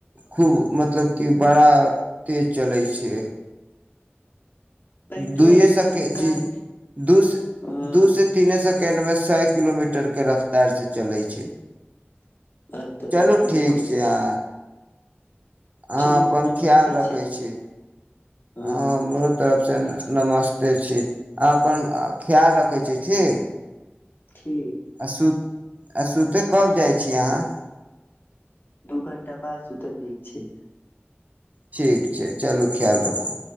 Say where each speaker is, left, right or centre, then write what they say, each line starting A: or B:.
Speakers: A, on the right; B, on the left.
A: खूब मतलब कि बड़ा तेज चलैय छै
B: बैटरी
A: दूयए
B: वाला
A: सके
B: तऽ कार
A: जी दू से
B: ह
A: दू से तीने सके सेकेंड में सए किलोमीटर के रफ्तार से चले छै
B: बात तोरबा
A: चलू
B: नीक
A: ठीक
B: कहै
A: छै आ अह
B: ठीक
A: अपन
B: बा नमस्ते
A: ख्याल रखे
B: छै
A: छी
B: हाँ
A: अ हमरो तरफ से ना नमस्ते छी अहाँ अपन ख्याल रखै छी ठीक
B: ठीक
A: असु आ सुते कब जाइ छी अहाँ
B: दू घण्टा बाद सुू तऽ नीक छै
A: ठीक छै चलू ख्याल रखू